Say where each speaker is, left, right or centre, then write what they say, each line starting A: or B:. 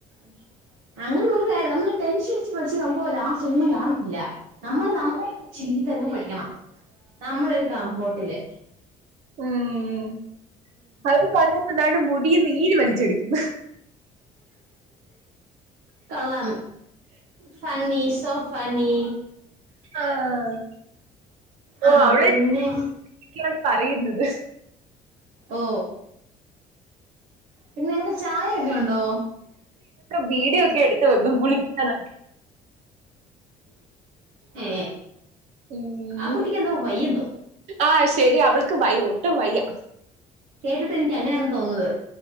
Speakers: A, on the right; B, on the right.
A: <inaudible> അങ്ങനെ നോക്കീട്ടു കാര്യല്ല നമ്മള് ടെൻഷടിച്ച് പഠിച്ച നമുക്ക് ലാസ്റ്റൊന്നും കാണത്തില്ല നമ്മൾ നമ്മള തങ്ങ് പഠിക്കണം നമ്മളൊരു കംഫോട്ടില്
B: ഉം അ കറിയ എന്താണ്ട് മുടി നീര് വലിച്ചെടുക്കുന്നു.
A: കൊള്ളാം ഫണ്ണി സോ ഫണ്ണി ണ്ണി
B: ആഹ
A: ആ
B: ഓ അവളേണ്
A: പിന്നെ
B: പറയുന്നത് <inaudible>
A: ഓ പിന്നെ ങ്ങക്ക് ചായ ഒക്കെ ഉണ്ടോ
B: വീടിയോക്കെ എടുത്ത് വെക്കും കുളിക്ണ
A: ഏ
B: ഉം
A: ആ കുട്ടിക്ക് എന്താ വയ്യ ന്നൊ
B: ആഹ് ശരി അവൾക്ക് വൈ ഒട്ടും വയ്യ
A: കേട്ടിട്ട് എനിക്ക് അങ്ങനെയാണ് തോന്നുന്നത്